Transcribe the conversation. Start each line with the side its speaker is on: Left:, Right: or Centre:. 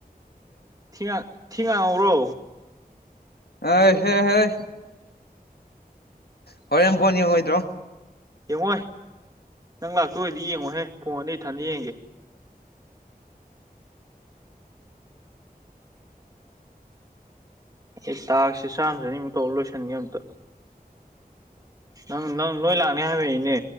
Right: ꯊꯤꯉ ꯊꯤꯉꯥꯡꯧꯔꯣ
Left: ꯑ ꯍꯦ ꯍꯩ ꯍꯔꯦꯝ ꯐꯣꯅꯤ ꯌꯦꯡꯉ ꯑꯣꯏꯣꯏꯗ꯭ꯔꯣ
Right: ꯀꯉꯣꯏ ꯅꯪ ꯂꯥꯛꯇꯣꯏꯔꯗꯤ ꯌꯦꯡꯉꯣꯍꯦ ꯐꯣꯟꯗ ꯏꯊꯗ ꯌꯦꯡꯒꯦ ꯑꯩ ꯇꯥꯛꯁꯤ ꯆꯥꯝꯃꯗ ꯑꯅꯤꯃꯨꯛ ꯇꯧ ꯂꯣꯏꯁꯤꯟꯒꯦ ꯑꯝꯇ ꯅꯪ ꯅꯪ ꯅꯣꯏ ꯂꯥꯛꯅꯤ ꯍꯥꯏꯕꯏꯅꯦ